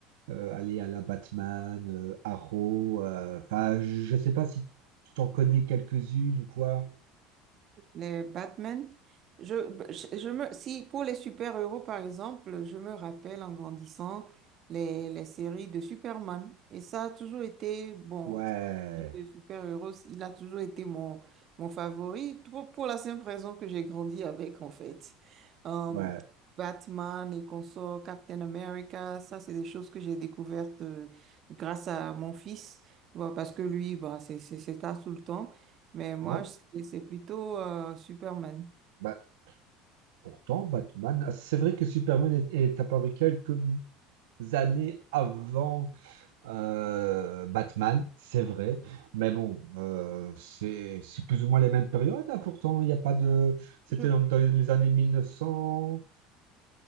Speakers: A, on the right; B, on the right.
A: euh, aller à la Batman, euh, Arrow. euh, Enfin, je sais pas si tu t'en connais quelques-unes ou quoi.
B: les Batman. Je, je, je me, si pour les super-héros, par exemple, je me rappelle en grandissant les, les séries de Superman. Et ça a toujours été, bon,
A: Ouais,
B: les super-héros, il a toujours été mon, mon favori pour, pour la simple raison que j'ai grandi avec, en fait. Euh,
A: ouais.
B: Batman et consorts, Captain America, ça, c'est des choses que j'ai découvertes euh, grâce à mon fils, Bah, parce que lui, bah, c'est, c'est, c'est ça tout le temps. Mais moi,
A: Bon.
B: c'est c'est plutôt euh, Superman.
A: Bah, pourtant, Batman, ah, c'est vrai que Superman est, est apparu quelques années avant euh, Batman, c'est vrai, mais bon, euh, c'est c'est plus ou moins les mêmes périodes, hein, pourtant, il n'y a pas de... C'était
B: Je,
A: dans, dans les années 1990,